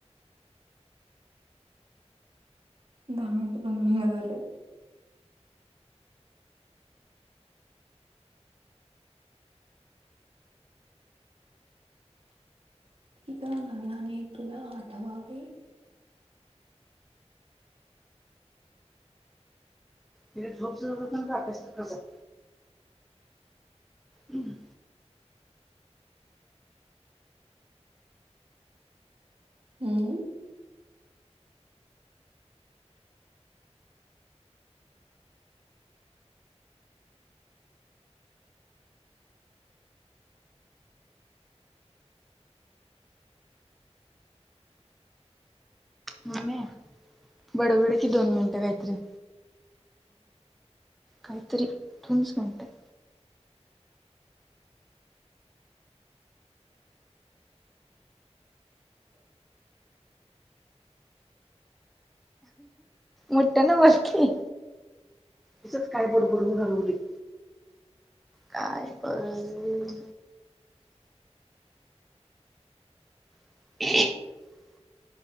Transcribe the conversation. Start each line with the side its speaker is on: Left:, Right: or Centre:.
Right: दहा मिनटं पण हूईना झाल्यात. तिथं नव्याने तुला आठवावे.
Centre: तिथे झोप तर जा नाहितर अभ्यास तर कर जा हम्म.
Right: हम.
Centre: मम्मे बडबड कि दोन मिनिटं काहीतरी, काही तरी <unintelligible>
Right: <inaudible>
Centre: मोठ्यान बोल की, तिजच काय बड बडवून हलवूदे. काय पण, <inaudible>